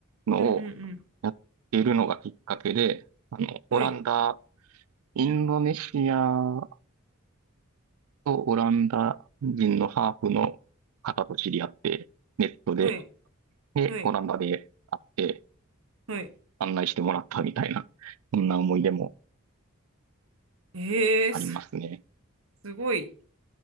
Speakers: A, on the right (about 85°); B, on the right (about 70°).
A: のを
B: うんうん
A: やっているのがきっかけで、あの、オランダ、
B: うん。はい、
A: インドネシアとオランダ人のハーフの方と知り合って、ネットで、
B: はい、
A: で、
B: はい、
A: オランダで会って
B: はい。
A: 案内してもらったみたいな、そんな思い出も
B: えー、
A: ありますね。
B: す、すごい。